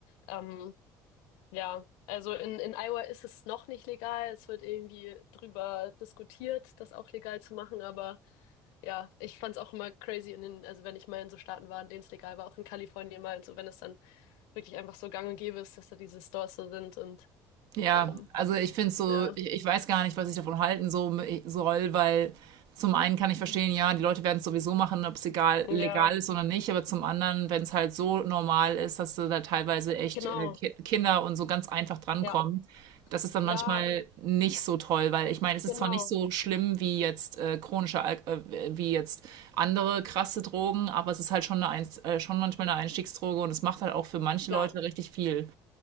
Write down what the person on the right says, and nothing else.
Ja,
also ich finde so,
ich, ich weiß gar nicht, was ich davon halten so, soll, weil zum einen kann ich verstehen, ja, die Leute werden es sowieso machen, ob es egal,
legal ist oder nicht, aber zum anderen, wenn es halt so normal ist, dass da teilweise echt
äh, Ki- Kinder und so ganz einfach drankommen,
das ist dann
manchmal nicht so toll, weil ich meine, es ist
zwar nicht so schlimm wie jetzt äh, chronische, Al äh, wie jetzt andere krasse Drogen, aber es ist halt schon eine Einst äh, schon manchmal eine Einstiegsdroge und es macht halt auch für manche
Leute richtig viel.